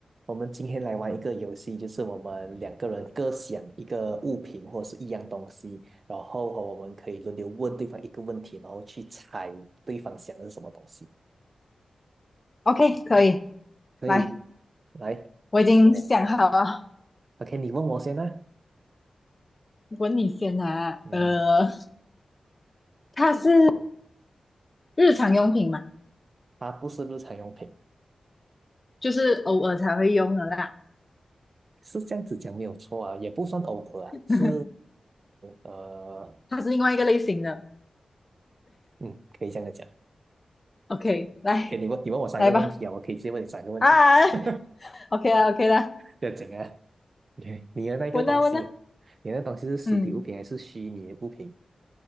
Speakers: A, on the right; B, on the left.
A: 我们今天来玩一个游戏，就是我们两个人各想一个物品或者是一样东西，然后我们可以轮流问对方一个问题，然后去猜对方想的是什么东西。
B: OK，可以，
A: 可以，
B: 来，
A: 来，
B: 我已经想好了，
A: 我 OK，你问我先啦。
B: 问你先啊。
A: 嗯，
B: 呃，它是日常用品嘛，
A: 它不是日常用品，
B: 就是偶尔才会用的啦。
A: 是这样子讲没有错啊，也不算偶尔啊，
B: <laughs>
A: 是呃，
B: 它是另外一个类型的。
A: 嗯，可以这样子讲。
B: OK，来，
A: 可以，你问你问我三个问题啊，
B: 来吧。
A: 我可以直接问你三个问题，
B: 啊
A: <laughs>
B: ，OK 啦，OK 啦，
A: 不要紧啊。你你的那个东西，
B: 问啊问啊，
A: 你的东西是实体物品还是虚拟的物品
B: 嗯，